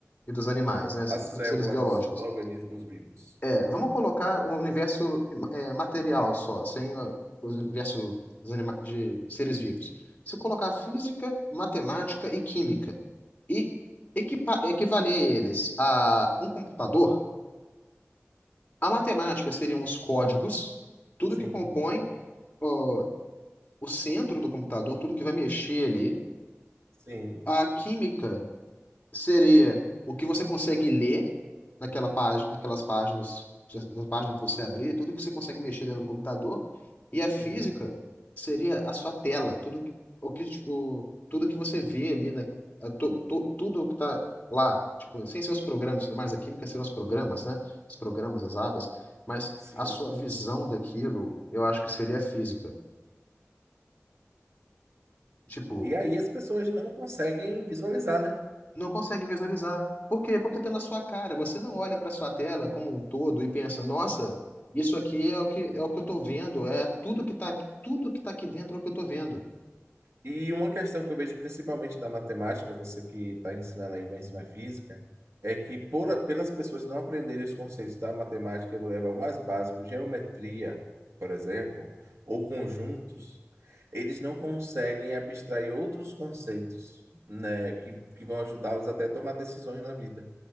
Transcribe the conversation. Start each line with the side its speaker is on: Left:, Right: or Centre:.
Left: e dos animais,
Right: da
Left: né? se-
Right: célula
Left: Dos seres biológicos.
Right: dos organismos vivos.
Left: É, vamos colocar o universo é, material só, sem a- o universo dos anima- de seres vivos. Se colocar física, matemática e química e equipa- equivaler eles a um computador, a matemática seriam os códigos, tudo
Right: Sim,
Left: que compõe ó, o centro do computador, tudo que vai mexer ali.
Right: sim,
Left: A química seria o que você consegue ler naquela página, naquelas páginas, na página que você abrir, tudo que você consegue mexer dentro do computador. E a física
Right: sim,
Left: seria a sua tela, tudo que, o que, o, tudo que você vê ali, né? É, tu- tu- tudo que está lá, tipo, sem ser os programas e tudo mais, a química seriam os programas, né? Os programas, as abas, mas
Right: sim.
Left: a sua visão daquilo, eu acho que seria a física. Tipo,
Right: E aí as pessoas não conseguem visualizar, né?
Left: Não consegue visualizar. Por quê? Porque está na sua cara. Você não olha para sua tela como um todo e pensa, nossa, isso aqui é o que é o que eu estou vendo, é tudo que está tudo que tá aqui dentro é o que eu estou vendo.
Right: E uma questão que eu vejo principalmente da matemática, você que está ensinando aí, vai ensinar física, é que por, pelas pessoas não aprenderem os conceitos da matemática, eu vou levar o mais básico, geometria, por exemplo, ou conjuntos, eles não conseguem abstrair outros conceitos, né, que, que vão ajudá-los até a tomar decisões na vida.